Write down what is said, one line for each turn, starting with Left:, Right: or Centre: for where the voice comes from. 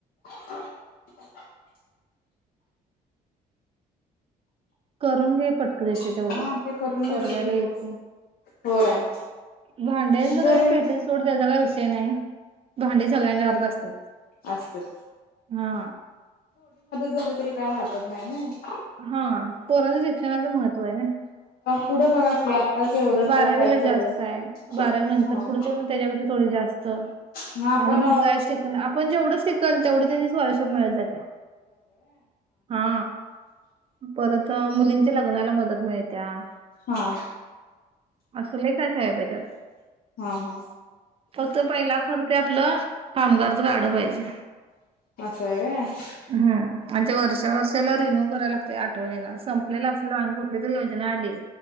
Left: ह.
Right: करून घे पटकदशी तेवढं
Left: हा ते करून
Right: पोरग्याला
Left: घेतो की तेवढं
Right: येतय
Left: होय
Right: भांड्यांच
Left: जरी
Right: काय पेठी <unintelligible> हाय सोड त्याचा काय विषय नय भांडे सगळ्यांच्या घरात असत्यात
Left: असत्यात
Right: हा
Left: झाल तरी काय हरकत नाही ना
Right: हा पोरांच शिक्षणाचं महत्त्व आहे ना
Left: थढं बघा <unintelligible> त्याच एवढं
Right: बारावीला
Left: टफ हाय सगळं
Right: जास्त आहे बारावी नंतर
Left: हा
Right: पुढच्या मग त्याच्यापेक्षा थोडी जास्त
Left: म्या
Right: आणि
Left: पण
Right: पुढं काय शिक आपण जेवड शिकल, तेवढ त्याची स्कोलरशिप मिळत जाईल हा परत मुलींच्या लग्नाला मदत मिळत्या
Left: हा.
Right: अस लय काय काय हाय बय त्यात
Left: हा हा
Right: फक्त पहिला खर ते आपलं कामगारच कार्ड पाहिजे
Left: होय ग?
Right: हम आणि ते वर्षा वर्षाला रिन्यू करायला लागत आठवणीन संपलेल असल आणि कुठली तरी योजना आली.